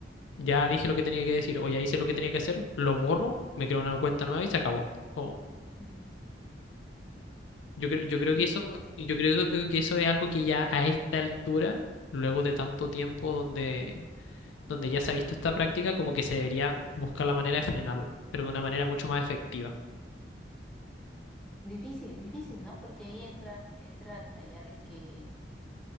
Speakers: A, on the left (about 90°); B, in the centre.
A: ya dije lo que tenía que decir o ya hice lo que tenía que hacer, lo borro, me creo una cuenta nueva y se acabó. Como,
B: <laughs>
A: yo, cre- yo creo
B: Sí,
A: que eso,
B: porque
A: yo creo que eso es algo que ya a esta altura, luego de tanto tiempo donde donde ya se ha visto esta práctica, como que se debería buscar la manera de frenarla, pero de una manera mucho más efectiva.
B: difícil, difícil, ¿no? Porque ahí entra, entra a tallar el que,